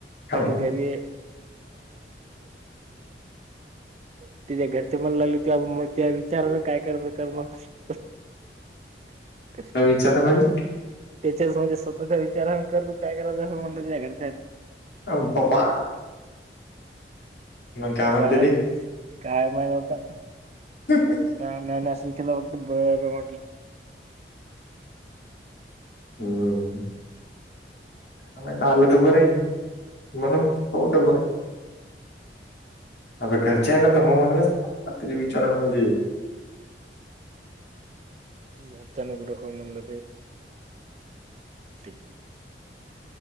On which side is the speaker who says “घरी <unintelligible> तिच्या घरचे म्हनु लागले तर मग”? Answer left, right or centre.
Right